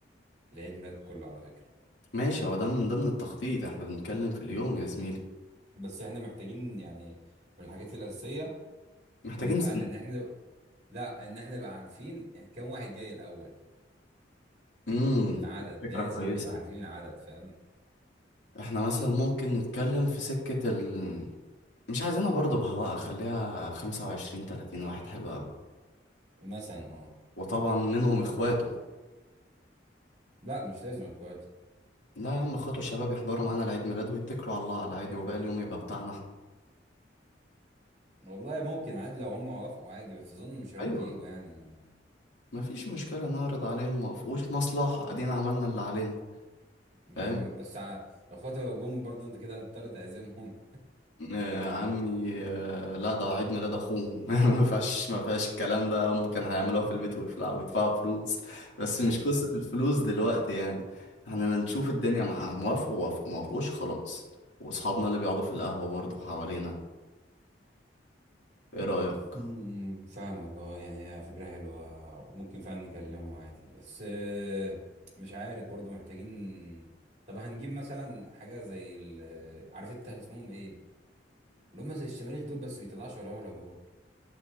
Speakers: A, on the right; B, on the left.
A: لعيد ميلاد كله على فكرة
B: ماشي هو ده من ضمن التخطيط احنا بنتكلم في اليوم يا زميلي
A: بس احنا محتاجين يعني من الحاجات الأساسية
B: محتاجين
A: ان نبقى
B: زميلي
A: ان احنا نبقى... لا ان احنا نبقى عارفين كم واحد جاي الأول
B: امم
A: العدد
B: فكرة
A: لازم
B: كويسة
A: نبقى عارفين العدد فاهم
B: احنا مثلا ممكن نتكلم في سكة ال مش عايزينها برضه بهواء خليها خمسة وعشرين تلاتين واحد حلو أوي
A: مثلا اه
B: وطبعا منهم اخواته
A: لا مش لازم اخواتي
B: لا يا عم اخواته الشباب يحضروا معانا العيد ميلاد ويتكلوا على الله على العادي وباقي اليوم يبقى بتاعنا احنا
A: والله ممكن عادي لو هم وافقوا عادي بس اظن مش هيرضوا
B: ايوه
A: ييجوا يعني
B: مفيش مشكله نعرض عليهم ما وقفوش مصلحه ادينا عملنا اللي علينا
A: يا
B: فاهم
A: عم بس ع- اخواتي لو جم برضه انت كده هتضطر تعزمهم
B: آه عمي آه لا ده عيد ميلاد اخوهم <laughs> ما فيهاش ما فيهاش الكلام ده هم كانوا هيعملوها في البيت ويفلعوا ويدفعوا فلوس بس
A: <laughs>
B: مش
A: يا عم
B: قصه
A: ماشي
B: الفلوس دلوقتي يعني احنا نشوف الدنيا مع موافقوا وافقوا ما وافقوش خلاص واصحابنا اللي بيقعدوا في القهوه برضه حوالينا ايه رايك
A: م- م، فاهمك اه يعني هي فكرة حلوة وممكن فعلا نكلمهم عادي بس آه، مش عارف برضه محتاجين طب هنجيب مثلا حاجة زي ال... آه، عارف انت اسمهم ايه اللي هم زي الشماريخ دول بس بيطلعوا شرارة دول